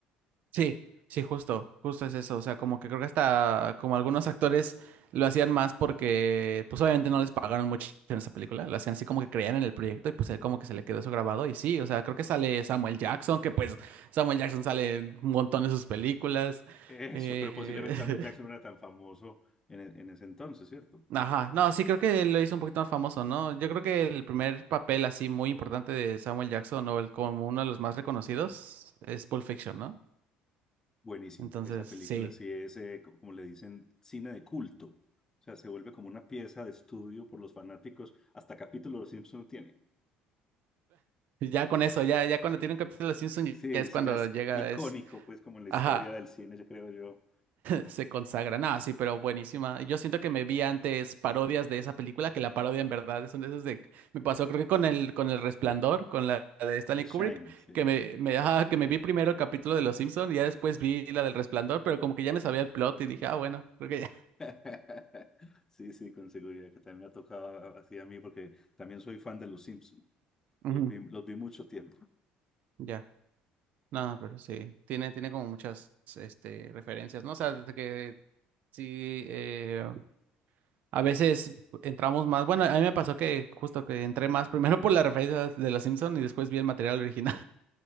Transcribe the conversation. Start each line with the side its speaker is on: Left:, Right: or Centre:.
Right: Sí, sí, justo, justo es eso. O sea, como que creo que hasta como algunos actores lo hacían más porque, pues obviamente no les pagaron mucho en esa película. Lo hacían así como que creían en el proyecto y pues él como que se le quedó eso grabado. Y sí, o sea, creo que sale Samuel Jackson, que pues Samuel Jackson sale en un montón de sus películas.
Left: Eso,
Right: Eh,
Left: pero posiblemente Samuel Jackson
Right: <laughs>
Left: no era tan famoso en, e- en ese entonces, ¿cierto?
Right: Ajá, no, sí creo que lo hizo un poquito más famoso, ¿no? Yo creo que el primer papel así muy importante de Samuel Jackson o el como uno de los más reconocidos es Pulp Fiction, ¿no?
Left: Buenísima.
Right: Entonces,
Left: Esa película
Right: sí,
Left: sí es, eh, co- como le dicen, cine de culto. O sea, se vuelve como una pieza de estudio por los fanáticos. Hasta capítulo de Los Simpson tiene.
Right: ya con eso, ya, ya cuando tiene un capítulo de Simpson ya
Left: Sí, eso
Right: es cuando
Left: ya es
Right: llega,
Left: icónico,
Right: es,
Left: pues, como en la
Right: ajá,
Left: historia del cine, ya creo yo,
Right: se consagra. Nada, sí, pero buenísima. Yo siento que me vi antes parodias de esa película, que la parodia en verdad son de esos de... Me pasó creo que con el, con el Resplandor, con la, de Stanley
Left: de Shine,
Right: Kubrick,
Left: sí.
Right: que me, me, ajá, que me vi primero el capítulo de Los Simpson y ya después vi la del Resplandor, pero como que ya me sabía el plot y dije, ah, bueno, creo que ya.
Left: <laughs> Sí, sí, con seguridad, que también me ha tocado así a mí, porque también soy fan de Los Simpson.
Right: Ujú,
Left: Los vi, los vi mucho tiempo.
Right: Ya. No, pero sí, tiene, tiene como muchas, este, referencias, ¿no? O sea, desde que sí, eh, A veces entramos más. Bueno, a mí me pasó que justo que entré más primero por las referencias de Los Simpson y después vi el material original.